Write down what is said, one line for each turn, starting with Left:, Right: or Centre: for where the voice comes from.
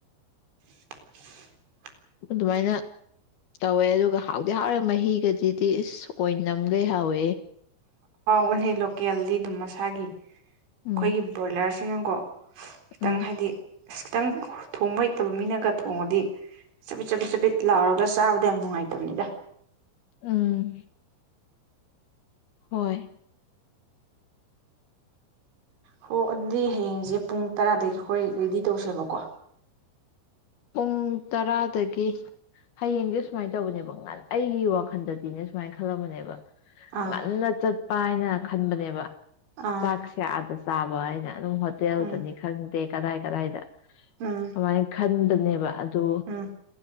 Right: <inaudible>
Left: ꯑꯗꯨꯃꯥꯏꯅ ꯇꯧꯋꯦ ꯑꯗꯨꯒ ꯍꯥꯎꯗꯤ ꯍꯥꯎꯔꯦ ꯃꯍꯤꯒꯗꯨꯗꯤ ꯑꯥꯏ ꯅꯝꯒꯩ ꯍꯥꯎꯋꯦ
Right: ꯑꯣꯍꯩ ꯂꯣꯀꯦꯜꯗꯤ ꯑꯗꯨꯝ ꯃꯁꯥꯒꯤ ꯑꯩꯈꯣꯏꯒꯤ
Left: ꯎꯝ
Right: ꯕꫭꯂꯔ ꯁꯤ ꯅꯒꯣ ꯈꯤꯇꯪ
Left: ꯎꯝ
Right: ꯍꯥꯏꯗꯤ ꯑꯁ ꯈꯤꯇꯪ ꯊꯣꯡꯕ ꯍꯩꯇꯕ ꯃꯤꯅꯒ ꯊꯣꯡꯉꯗꯤ ꯆꯄꯤꯠ ꯆꯄꯤꯠ ꯆꯄꯤꯠ ꯂꯥꯎꯔꯒ ꯆꯥꯕꯗ ꯌꯥꯝ ꯅꯨꯡꯉꯥꯏꯇꯕꯅꯤꯗ
Left: ꯎꯝ ꯍꯣꯏ
Right: ꯍꯣ ꯑꯗꯨꯗꯤ ꯍꯌꯦꯡꯁꯦ ꯄꯨꯡ ꯇꯔꯥꯗꯒꯤ ꯑꯩꯈꯣꯏ ꯔꯦꯗꯤ ꯇꯧꯁꯦꯕꯀꯣ
Left: ꯄꯨꯡ ꯇꯔꯥꯗꯒꯤ ꯍꯌꯦꯡꯗꯤ ꯁꯨꯃꯥꯏꯅ ꯇꯧꯕꯅꯦꯕ ꯉꯥꯟ ꯑꯩꯒꯤ ꯋꯥꯈꯜꯗꯗꯤꯅꯦ ꯁꯨꯃꯥꯏꯅ ꯈꯜꯂꯝꯕꯅꯦꯕ
Right: ꯑꯥ
Left: ꯉꯟꯅ ꯆ ꯄꯥꯏꯅ ꯈꯟꯕꯅꯦꯕ
Right: ꯑꯥ
Left: ꯆꯥꯛꯁꯦ ꯑꯥꯗ ꯆꯥ ꯆꯥꯕ ꯍꯥꯏꯅ ꯑꯗꯨꯝ ꯍꯣꯇꯦꯜꯗꯅꯤ
Right: ꯎꯝ
Left: ꯈꯪꯗꯦ ꯀꯗꯥꯏ- ꯀꯗꯥꯏꯗ
Right: ꯎꯝ
Left: ꯑꯥꯏ ꯈꯟ <unintelligible> ꯑꯗꯨ
Right: ꯎꯝ